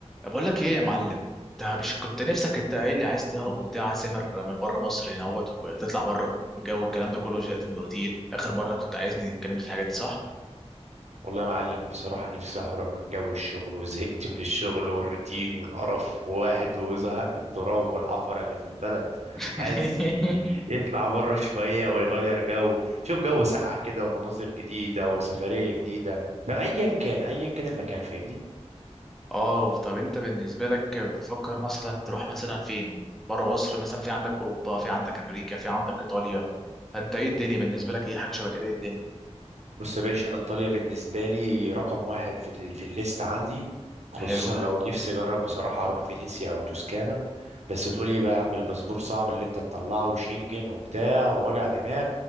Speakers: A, in the centre; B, on the right.
A: بقول لك ايه يا معلم انت مش كنت نفسك انت قايل لي عايز تهرب وبتاع عايز تسافر من بره مصر هنا اهوت وتطلع بره والجو الكلام ده كله زهقت من الروتين اخر مره كنت عايزني اتكلمت في الحاجات دي صح
B: والله يا معلم بصراحة نفسي أهرب من جو الشغل وزهقت من الشغل والروتين والقرف وواحد وزهق من التراب والعفرة اللي في البلد
A: <laughs>
B: عايز ي- يطلع بره <laughs> شوية ويغير جو شوف جو ساقع كده ومناظر جديدة وسفرية جديدا فأيا كان أيا كان المكان فاهمني
A: اه طب انت بالنسبه لك بتفكر مثلا تروح مثلا فين بره مصر مثلا في عندك اوروبا في عندك امريكا في عندك ايطاليا فانت ايه الدنيا بالنسبه لك ايه حاجه شبه كده ايه الدنيا
B: بص يا باشا انا ايطاليا بالنسبه لي رقم واحد في ال... في الليست عندي خصوصا
A: حلو ده
B: لو نفسي اجرب بصراحه اروح فينيسيا او توسكانا بس تقول ايه بقى يا عم الباسبور صعب اللي انت تطلعه وشنجن وبتاع ووجع دماغ